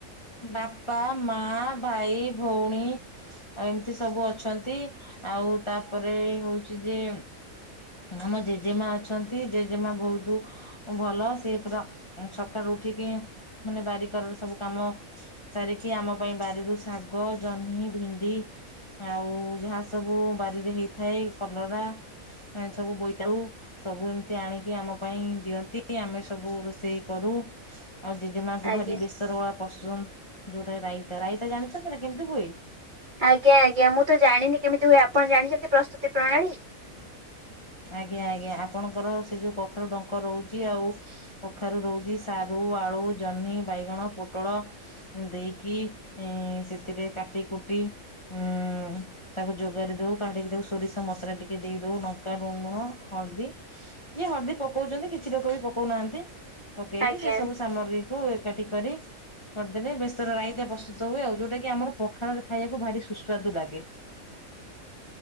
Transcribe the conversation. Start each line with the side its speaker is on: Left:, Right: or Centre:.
Left: ବାପା, ମାଆ, ଭାଇ, ଭଉଣୀ ଆଉ ଏମିତି ସବୁ ଅଛନ୍ତି। ଆଉ ତା ପରେ ହଉଚି ଯେ ଆମ ଜେଜେମା ଅଛନ୍ତି ଜେଜେମା ବହୁତ ଭଲ। ସେ ପୁରା ଉଁ ସକାଳୁ ଉଠିକି ମାନେ ବାରିକର ର ସବୁ କାମ ସାରିକି ଆମ ପାଇଁ ବାରିରୁ ଶାଗ, ଜହ୍ନି, ଭେଣ୍ଡି ଆଉ ଯାହା ସବୁ ବାରିରେ ହେଇଥାଏ କଲରା ଆଁ ସବୁ ବୋଇତାଉ ସବୁ ଏମିତି ଆଣିକି ଆମ ପାଇଁ ଦିଅନ୍ତି ଆମେ ସବୁ ରୋଷେଇ କରୁ। ଆଉ ଜେଜେମାଆଙ୍କୁ
Right: ଆଜ୍ଞା
Left: ଭାରି ବେସର ଗୁରା ପସନ୍ଦ ଯୋଉଟା ରାଇ ରାଇତା ଜାଣିଛନ୍ତି ନା କେମିତି ହୁଏ?
Right: ଆଜ୍ଞା ଆଜ୍ଞା ମୁଁ ତ ଜାଣିନି କେମିତି ହୁଏ। ଆପଣ ଜାଣିଛନ୍ତି ପ୍ରସ୍ତୁତି ପ୍ରଣାଳୀ?
Left: ଆଜ୍ଞା ଆଜ୍ଞା ଆପଣଙ୍କର ସେ ଯୋଉ କଖାରୁ ଡଙ୍କ ରହୁଛି ଆଉ କଖାରୁ ରହୁଛି ସାରୁ, ଆଳୁ, ଜହ୍ନି, ବାଇଗଣ, ପୋଟଳ ଉଁ ଦେଇକି ଏଁ ସେଥିରେ କାଟି କୁଟି ଉୁଁ ତାକୁ ଯୋଗାରି ଦଉ କାଢିକି ତାକୁ ସୋରିଷ ମସଲା ଟିକେ ଦେଇଦଉ ନ ଲଙ୍କା, ଲୁଣ, ହଳଦୀ ଯିଏ ହଳଦୀ ପକଉଛନ୍ତି କିଛି ଲୋକ ବି ପକଉନାହାଁନ୍ତି। ପକେଇକି
Right: ଆଜ୍ଞା।
Left: ସେ ସବୁ ସାମଗ୍ରୀକୁୁ ଏକାଠି କରି କରିଦେବେ ବେଶର ରାଇତା ପ୍ରସ୍ତୁତ ହୁଏ ଆଉ ଯୋଉଟା କି ଆମ ପଖାଳରେ ଖାଇବାକୁ ଭାରି ସୁସ୍ୱାଦୁ ଲାଗେ।